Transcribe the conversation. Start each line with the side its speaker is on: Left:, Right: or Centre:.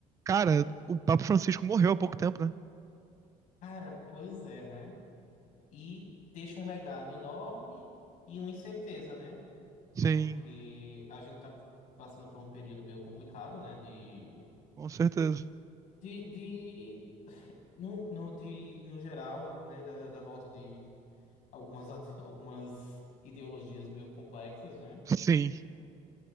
Right: Cara, o Papa Francisco morreu há pouco tempo, né?
Left: Cara, pois é, né? E deixa um legado enorme e uma incerteza, né?
Right: Sim,
Left: Porque a gente tá passando por um período meio complicado, né? De,
Right: com certeza.
Left: de, de, no, no, de, no geral, né? Da, da volta de algumas, at- <laughs> algumas ideologias meio complexas, né?
Right: Sim.